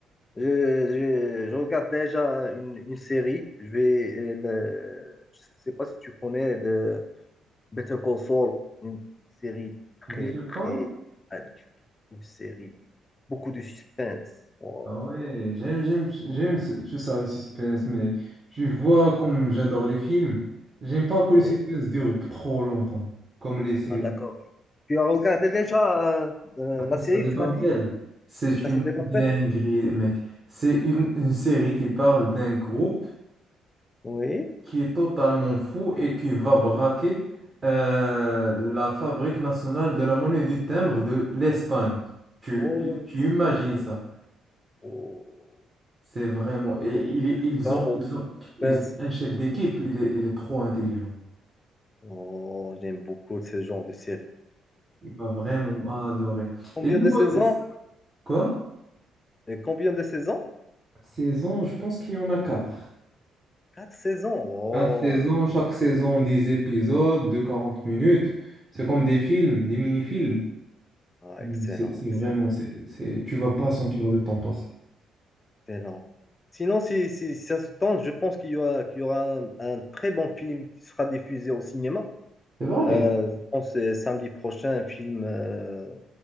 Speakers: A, on the left; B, on the right.
A: Je, je- je regarde déjà une, une série. Je vais, euh, le- je sais pas si tu connais de Better Call Saul, une série très
B: Better Call?
A: très magnifique, une série beaucoup de suspense. Wow.
B: Ah ouais, j'aime, j'aime, j'aime, ce- tu ça, le suspense, mais tu vois, comme j'adore les films, j'aime pas que le
A: Ouais.
B: suspense dure trop longtemps, comme les séries.
A: Ah, d'accord. Tu as regardé déjà euh, euh, la
B: Ça
A: série,
B: dépend
A: que tu m'as dit,
B: d'elle. C'est
A: Casa
B: une
A: de Papel?
B: dinguerie, mec. C'est une, une série qui parle d'un groupe
A: Oui.
B: qui est totalement fou et qui va braquer euh, la Fabrique nationale de la monnaie du timbre de l'Espagne. Tu,
A: Oh,
B: tu, tu imagines ça?
A: oh.
B: C'est vraiment.
A: Donc, il y
B: Et
A: a beaucoup
B: il est-
A: d'action,
B: ils ont,
A: beaucoup
B: ils ont,
A: de suspense.
B: ils ont un chef d'équipe. Il est, il est trop intelligent.
A: Oh, j'aime beaucoup ce genre de série.
B: Il va vraiment adorer.
A: Combien
B: Et dis-moi,
A: de saisons?
B: c'est- quoi?
A: Et combien de saisons?
B: Saison, je pense qu'il y en a quatre.
A: Quatre saisons. Oh,
B: Quatre saisons, chaque saison, 10 épisodes de 40 minutes. C'est comme des films, des mini-films.
A: Ah,
B: Mais
A: excellent,
B: C'est c'est
A: excellent,
B: vraiment, c'est, c'est, tu vas pas sentir le temps passer.
A: excellent. Sinon, si, si ça se tente, je pense qu'il y aura, qu'il y aura un, un très bon film qui sera diffusé au cinéma.
B: C'est vrai.
A: Euh, je pense que c'est samedi prochain, un film, euh,